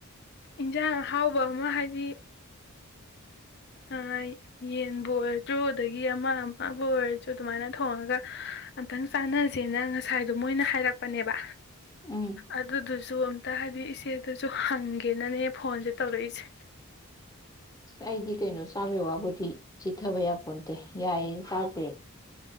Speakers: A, on the left; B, on the left.
A: ꯏꯟꯖꯥꯡ ꯑꯍꯥꯎꯕ ꯑꯃ ꯍꯥꯏꯗꯤ ꯑꯥ ꯌꯦꯟꯕꯨ ꯑꯣꯏꯔꯁꯨ ꯑꯗꯒꯤ ꯑꯃ ꯑꯃꯕꯨ ꯑꯣꯏꯔꯁꯨ ꯑꯗꯨꯃꯥꯏꯅ ꯊꯣꯡꯉꯒ ꯑꯝꯇꯪ ꯆꯥꯟꯅꯖꯦꯅ ꯉꯁꯥꯏꯗꯣ ꯃꯣꯏꯅ ꯍꯥꯏꯔꯛꯄꯅꯦꯕ
B: ꯎꯝ
A: ꯑꯗꯨꯗꯨ ꯨ ꯁꯨ ꯑꯝꯇ ꯍꯥꯏꯗꯤ ꯏꯆꯦꯗꯖꯨ ꯍꯪꯒꯦꯅꯅꯦ ꯐꯣꯟꯖꯦ ꯇꯧꯔꯛꯏꯁꯦ
B: ꯑꯩꯗꯤ ꯀꯩꯅꯣ ꯆꯥꯕꯩ ꯋꯥꯕꯨꯗꯤ ꯆꯤꯠꯊꯥꯕ ꯌꯥꯄꯣꯟꯇꯦ ꯌꯥꯏꯌꯦ ꯆꯥꯖꯦ